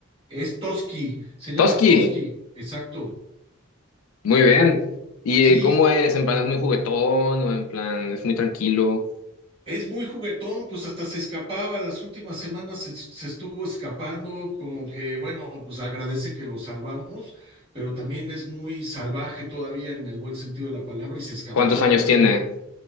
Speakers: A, on the right; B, on the left.
A: Es Toski, se llama
B: Toski,
A: Toski, exacto.
B: muy bien. ¿Y
A: Sí,
B: eh, cómo es? ¿En plan es muy juguetón o en plan es muy tranquilo?
A: Es muy juguetón, pues hasta se escapaba, las últimas semanas se, se estuvo escapando, como que, bueno, pues agradece que lo salvamos, pero también es muy salvaje todavía en el buen sentido de la palabra y se escapaba,
B: ¿Cuántos años
A: lo
B: tiene?
A: tenemos.